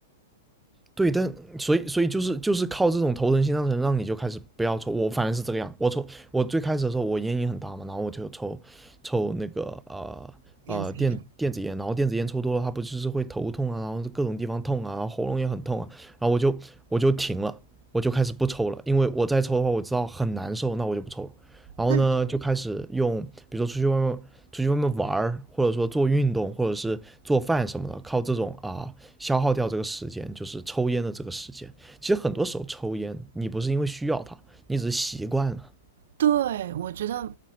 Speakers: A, in the centre; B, on the right (about 65°).
A: 对，但所以所以就是就是靠这种头疼心脏疼，让你就开始不要抽。我反正是这个样，我抽我最开始的时候我烟瘾很大嘛，然后我就抽抽那个呃呃电电子烟，
B: 电子烟。
A: 然后电子烟抽多了，它不就是会头痛啊，然后各种地方痛啊，然后喉咙也很痛啊，然后我就我就停了，我就开始不抽了，因为我再抽的话我知道很难受，那我就不抽了。然后呢，
B: 那
A: 就开始用，比如说出去外面出去外面玩儿，或者说做运动，或者是做饭什么的，靠这种啊。消耗掉这个时间，就是抽烟的这个时间。其实很多时候抽烟，你不是因为需要它，你只是习惯了。
B: 对，我觉得，